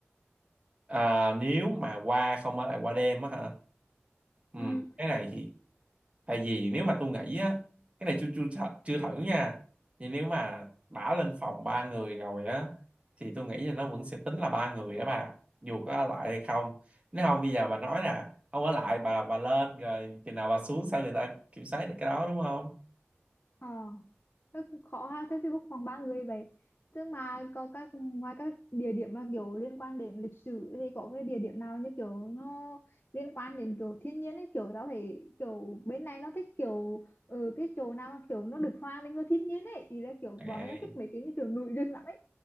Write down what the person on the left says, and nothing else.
ừ
ờ Rất khó ha thế thì book phòng ba người vậy tức mà có các ngoài các địa điểm mà kiểu liên quan đến lịch sử thì có cái địa điểm nào như kiểu nó liên quan đến kiểu thiên nhiên ấy kiểu tao thấy kiểu bên này nó thích kiểu ừ, cái chỗ nào mà kiểu nó được hòa mình với thiên nhiên ấy thì là kiểu
bọn này nó thích mấy cái như kiểu núi rừng lắm ấy